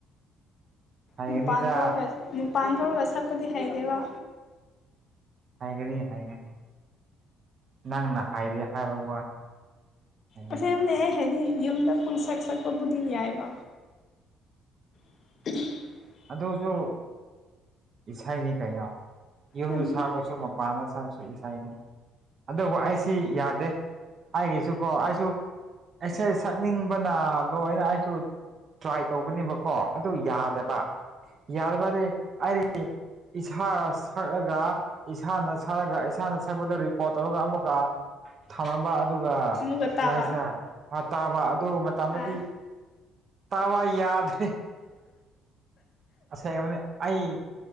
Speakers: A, on the right (about 45°); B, on the left (about 50°).
A: ꯍꯩꯒꯅꯤꯗ
B: ꯃꯄꯥꯟ ꯊꯣꯛꯂꯒ ꯃꯄꯥꯟ ꯊꯣꯛꯂꯒ ꯁꯛꯄꯗꯤ ꯍꯩꯇꯦꯕ
A: ꯍꯩꯒꯅꯤ ꯍꯩꯒꯅꯤ ꯅꯪꯅ ꯍꯩꯗꯦ ꯍꯥꯏꯕ ꯋꯥꯅꯤ ꯍꯩꯒꯅꯤꯕ
B: ꯇꯁꯦꯡꯕꯅꯦ ꯑꯩ ꯍꯥꯏꯗꯤ ꯌꯨꯝꯗ ꯄꯨꯡꯁꯛ ꯁꯛꯄꯕꯨꯗꯤ ꯌꯥꯏꯕ <unintelligible>
A: ꯑꯗꯨꯁꯨ ꯏꯁꯩꯅꯤ ꯀꯩꯅꯣ ꯌꯨꯝꯗ
B: ꯑꯥ
A: ꯁꯛꯔꯁꯨ ꯃꯄꯥꯟꯗ ꯁꯛꯑꯁꯨ ꯏꯁꯩꯅ ꯑꯗꯨꯕꯨ ꯑꯩꯁꯤ ꯌꯥꯗꯦ ꯑꯩꯒꯤꯁꯨꯀꯣ ꯑꯩꯁꯨ ꯏꯁꯩ ꯁꯛꯅꯤꯡꯕꯅ ꯂꯣꯏꯔꯦ ꯑꯩꯁꯨ ꯇ꯭ꯔꯥꯏ ꯇꯧꯕꯅꯦꯕ ꯀꯣ ꯑꯗꯨ ꯌꯥꯗꯕ ꯌꯥꯔꯕꯗꯤ ꯑꯩ ꯏꯁꯥ ꯁꯛꯔꯒ ꯏꯁꯥꯅ ꯁꯛꯔꯒ ꯏꯁꯥꯅ ꯁꯛꯄꯗ ꯔꯦꯀꯣꯔꯠ ꯇꯧꯔꯒ ꯑꯃꯨꯛꯀ ꯊꯝꯂꯝꯕ ꯑꯗꯨꯒ
B: ꯑꯃꯨꯛꯀ
A: ꯀꯩ
B: ꯇꯥꯕ
A: ꯍꯥꯏꯁꯤꯔ ꯇꯥꯕ ꯑꯗꯨ ꯃꯇꯝꯗꯗꯤ
B: ꯑꯥ
A: ꯇꯥ <unintelligible> ꯌꯥꯗꯔ꯭ꯦ ꯑꯁꯦꯡꯕꯅꯦ ꯑꯩ